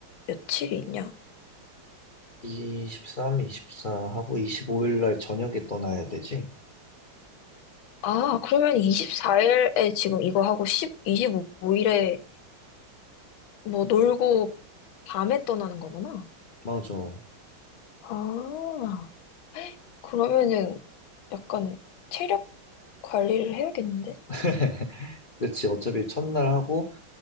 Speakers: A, on the left; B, on the left.
A: 며칠이 있냐?
B: 23, 24 하고 25일 날 저녁에 떠나야 되지?
A: 아, 그러면 24일에 지금 이거 하고 십이 25일에 뭐 놀고 밤에 떠나는 거구나.
B: 맞아.
A: 아, 그러면은 약간 체력 관리를 해야겠는데?
B: <laughs> 그치. 어차피 첫날 하고,